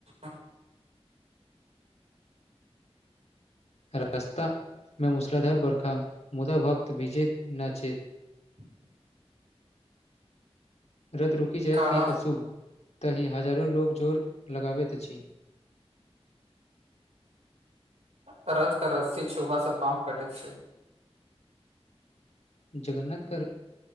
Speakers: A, on the right (about 85°); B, on the left (about 80°).
A: आ <inaudible>
B: रस्ता मे मुसलाधार बरखा मुदा भक्त विजैत न छै
A: <inaudible>
B: रथ रूकी जाएत
A: काढ़ा
B: की अशुभ ताहि हजारो लोग जोर लगाबैत अछि
A: <inaudible> रथक रस्सी छुब से पाप कटैत छै
B: जगन्नाथ कर